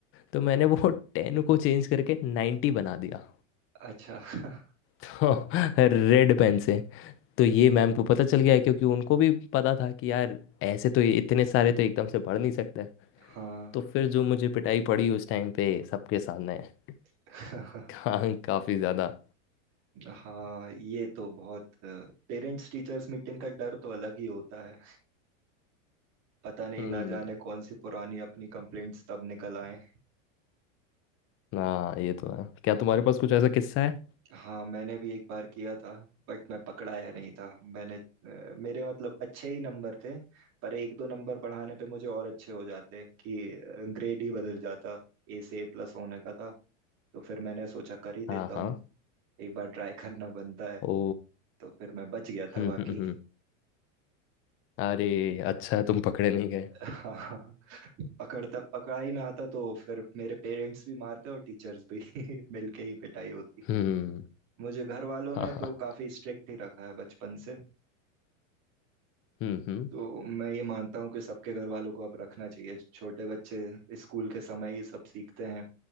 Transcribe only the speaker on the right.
अच्छा <laughs>
हाँ
<laughs>
हाँ ये तो बहुत पेरेंट्स टीचर्स मीटिंग का डर तो अलग ही होता है पता नहीं
ना जाने कौन सी पुरानी अपनी कंप्लेंट्स तब निकल आए
हाँ मैंने भी एक बार किया था बट मैं पकड़ाया नहीं था मैंने अ, मेरे मतलब अच्छे ही नंबर थे पर एक दो नंबर बढ़ाने पे मुझे और अच्छे हो जाते कि ग्रेड ही बदल जाता ए से ए प्लस होने का था तो फिर मैंने सोचा कर ही देता
हूँ
एक बार ट्राई करना बनता है
तो फिर मैं बच गया था
बाकी
<laughs> हाँ पकड़ता पकड़ाई में आता तो फिर मेरे पेरेंट्स भी मारते और टीचर्स भी <laughs> मिलके ही पिटाई होती
मुझे घर वालों ने
तो काफी स्ट्रिक्ट ही रखा है बचपन से
तो मैं ये मानता हूँ कि सबके घर वालों को अब रखना चाहिए छोटे बच्चे स्कूल के समय ये सब सीखते हैं